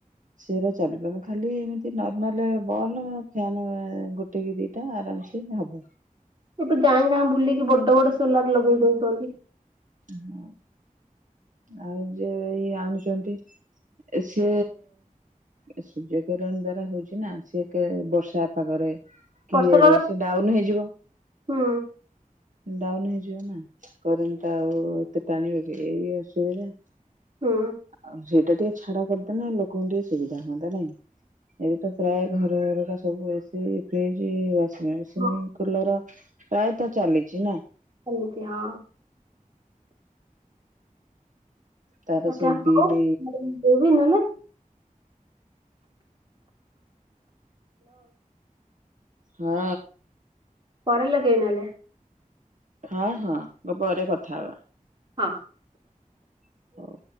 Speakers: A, on the right; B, on the right.
A: ସେରା ଚାଲିପାବନି ଖାଲି ଏମିତି ନର୍ମାଲ ବଲ ଫ୍ୟାନ୍ ଗୋ ଗୋଟେ କି ଦିଟା ଆରାମ୍ ସେ ହବ।
B: ଏବେ ଗାଁ ଗାଁ ବୁଲିକି ବଡ ବଡ ସୋଲାର୍ ଲଗେଇ ଦଉଚନ୍ତି।
A: ହଁ ଆଉ ଯେ ଇଏ ଆଣୁଚନ୍ତି ସେ ସୂର୍ଯ୍ୟ କିିରଣ ଦ୍ଵାରା ହଉଛି ନା ସିଏ କେ ବର୍ଷା ପାଗରେ କିଏରେ
B: ପର୍ସନାଲ
A: ସେ ଡାଉନ୍ ହେଇଯିବ।
B: ହୁଁ
A: ଡାଉନ୍ ହେଇଯିବ ନା କରେଣ୍ଟ୍ ଟା ଆଉ ଏତେ ଟାଣିବ କି ଏଇ ଅସୁବିଧା।
B: ହୁଁ
A: ଆଉ ସେଇଟା ଟିକେ ଛାଡ କରିଦେନେ ଲୋକଙ୍କୁ ଟିକେ ସୁବିଧା ହୁଅନ୍ତା ନାଇଁ। ଏବେ ତ ପ୍ରାୟ ଘର ଘରକା ସବୁ ଏସି ଫ୍ରିଜ୍ ୱ୍ୟା ମେସିନ୍
B: ହଁ
A: କୁଲର ପ୍ରାୟତଃ ଚାଲିଛି ନା?
B: ଚାଲିଛି ହଁ।
A: ତାର
B: ଆଛା
A: ସବୁ ବିଲ୍
B: ହଉ। <inaudible> ତୁ ବି ନୁହେଁ
A: ହଁ।
B: ପରେ ଲଗେଇବି ନହେଲେ।
A: ହଁ ହଁ ମୁ ପରେ କଥା ହଵା।
B: ହଁ।
A: ହଉ।